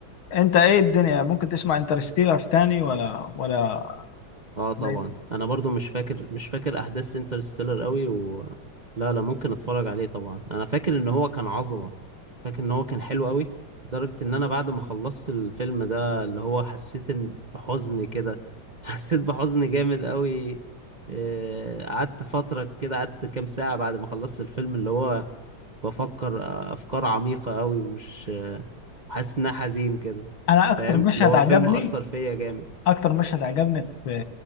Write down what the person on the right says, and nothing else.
اه طبعا
انا برضو مش فاكر مش فاكر احداث انترستيلر قوي و لا لا ممكن اتفرج عليه طبعا انا فاكر ان هو كان عظمة فاكر ان هو كان حلو قوي لدرجة ان انا بعد ما خلصت الفيلم ده اللي هو حسيت إن- بحزن كده <laughs> حسيت بحزن جامد قوي آه، قعدت فترة كده قعدت كام ساعة بعد ما خلصت الفيلم اللي هو بفكر آه، افكار عميقة قوي ومش آه، حاسس انها حزين كده
فاهم
اللي هو
الفيلم اثر فيا جامد